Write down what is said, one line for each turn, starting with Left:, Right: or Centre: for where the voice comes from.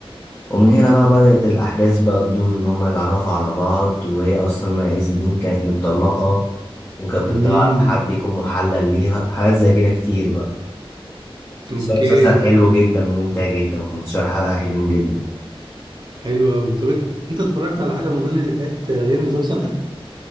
Left: ومن هنا بقى بدأت الأحداث بقى تدور إن هما يتعرفوا على بعض وهي أصلا ما عز الدين كانت متطلقة وكانت
Right: امم
Left: بتدور على حد يكون محلل ليها حاجات زي كده كتير بقى
Right: اوكي
Left: بس هو مسلسل حلو جدا ممتع جدا 15 حلقة حلوين جدا
Right: حلو قوي طب انت اتفرجت على حاجه رمضان اللي فات آه، غير المسلسل ده